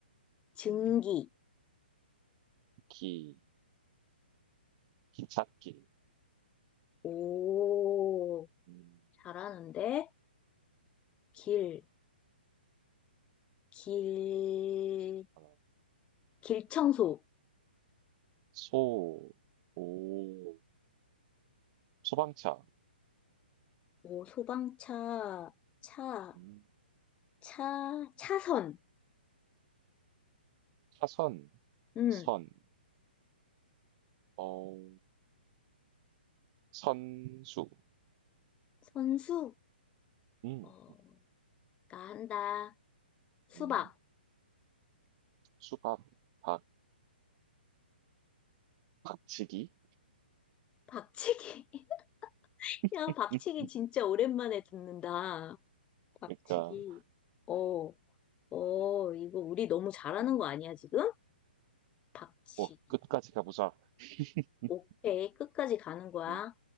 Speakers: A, on the left (about 20°); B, on the right (about 35°).
A: 증기,
B: 음, 기, 기찻길,
A: 오,
B: 음,
A: 잘하는데, 길, 길,
B: 하나,
A: 길청소,
B: 소, 오, 소방차,
A: 오, 소방차, 차,
B: 음,
A: 차, 차선,
B: 차선,
A: 음,
B: 선, 어, 선수,
A: 선수,
B: 음,
A: 어, 나 한다. 수박.
B: 음, 수박, 박, 박치기.
A: 박치기. <laughs> 야,
B: <laughs>
A: 박치기 진짜 오랜만에 듣는다. 박치기.
B: 그러니까,
A: 어, 어, 이거 우리 너무 잘하는
B: 음,
A: 거 아니야, 지금? 박치기.
B: 뭐, 끝까지 가보자. <laughs>
A: 오케이. 끝까지 가는 거야.
B: 음,